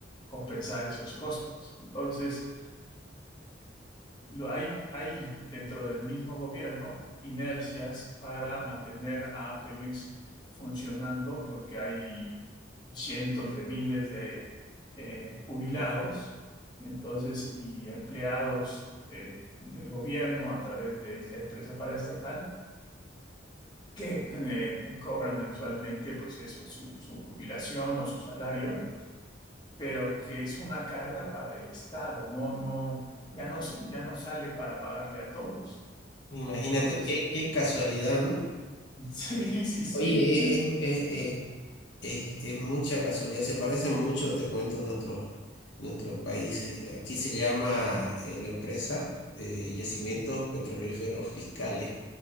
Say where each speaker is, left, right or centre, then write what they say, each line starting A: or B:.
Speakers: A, on the left; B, on the left.
A: compensar esos costos. Entonces, lo- Hay, hay dentro del mismo gobierno inercias para mantener a Pemex funcionando porque hay cientos de miles de eh, jubilados, entonces, y empleados eh, del gobierno a través de esta empresa paraestatal que eh, cobran mensualmente, pues eso, su, su jubilación o su salario, pero que es una carga para el Estado, no, no ya no, ya no sale para pagarle a todos.
B: Imagínate
A: Entonces,
B: qué, qué casualidad, ¿no?
A: <laughs> sí, sí, sí.
B: Oye, es, es, es- es- es mucha casualidad, se parecen mucho, te cuento, nuestros, nuestros países. Aquí se llama eh, la empresa eh, Yacimientos Petrolíferos Fiscales